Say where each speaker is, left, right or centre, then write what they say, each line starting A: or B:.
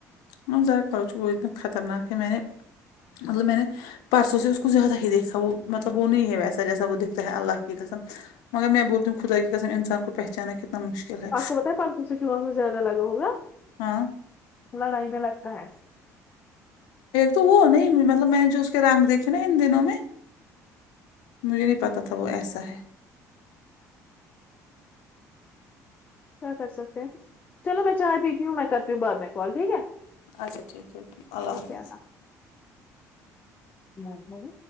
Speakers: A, on the left; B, on the left.
A: ہ ذرا کروچ وہ اتنا خطرناک ہے میں نے مطلب میں نے پرسوں سے اس کو زیادہ ہی دیکھا وہ مطلب وہ نہیں ہے ویسا جیسا وہ دکھتا ہے اللہ کی قسم مگر میں بولتا ہوں خدا کے قسم انسان کو پہچانا کتنا مشکل ہے
B: آپ کو پاتھ پچ سو سے کیوں میں زیادہ لگا ہوگا
A: ہاں
B: لڑائی میں لگتا ہے ایسے
A: پھر تو وہ ہو نہیں مطلب میں نے جو اس کے رانگ دیکھے نا ان دنوں میں مجھے نہیں پتہ تھا وہ ایسا ہے
B: کیا کر سکتے ہیں چلو میں چائے پیتی ہوں میں کرتی ہوں بعد میں کال ٹھیک ہے
A: اچا ٹھیک ہے اللہ
B: اوکے
A: حافظ
B: مئی بہو